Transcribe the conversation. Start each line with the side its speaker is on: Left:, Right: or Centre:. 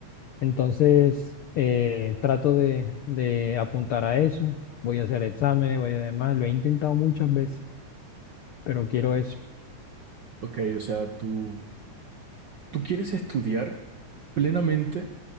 Left: Entonces, eh, trato de, de apuntar a eso. Voy a hacer exámenes, voy a demás. Lo he intentado muchas veces, pero quiero eso.
Right: Ok, o sea, tú, tú quieres estudiar plenamente